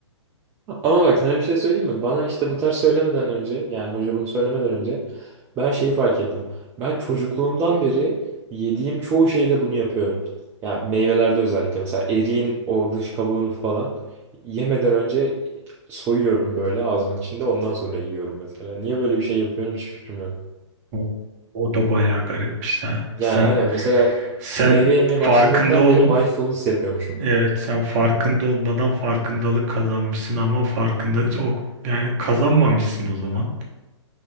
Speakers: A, on the right (about 15°); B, on the right (about 30°).
A: Ama bak sana bir şey söyleyeyim mi? Bana işte bu tarz söylemeden önce yani hoca bunu söylemeden önce ben şeyi fark ettim. Ben çocukluğumdan beri yediğim çoğu şeyde bunu yapıyorum. Yani meyvelerde özellikle mesela eriğin o dış kabuğunu falan yemeden önce soyuyorum böyle ağzımın içinde ondan sonra yiyorum mesela. Niye böyle bir şey yapıyorum hiç fikrim yok.
B: O, o da bayağı garip işte.
A: Yani
B: Sen
A: aynen mesela
B: sen
A: meyve yemeye
B: farkında
A: başladığımdan
B: ol
A: beri mindfulness yapıyormuşum.
B: Evet sen farkında olmadan farkındalık kazanmışsın ama farkında o, yani kazanmamışsın o zaman.